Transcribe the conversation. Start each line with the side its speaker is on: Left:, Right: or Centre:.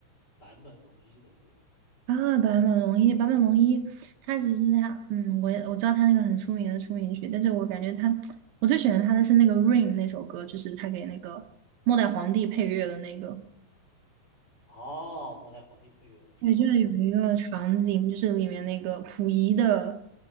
Left: 坂本龙一的歌，
Right: 啊，坂本龙一，坂本龙一，他其实他，嗯，我也我知道他那个很出名的出名曲，但是我感觉他，我最喜欢他的是那个《Rain》那首歌，就是他给那个末代皇帝配乐的那个。
Left: 哦，末代皇帝配乐那首啊，
Right: 对，就是有一个场景，就是里面那个溥仪的